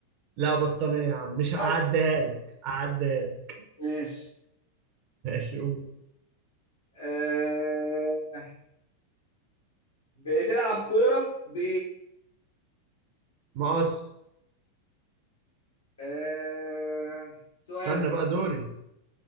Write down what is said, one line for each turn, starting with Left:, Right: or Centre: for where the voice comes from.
Right: لا بطانية يا عم مش
Left: بس
Right: هعديها لك هعديها لك
Left: ماشي
Right: ماشي قول
Left: آه... بتلعب كورة ب
Right: مقص
Left: آه... سؤالك
Right: استنى بقى دوري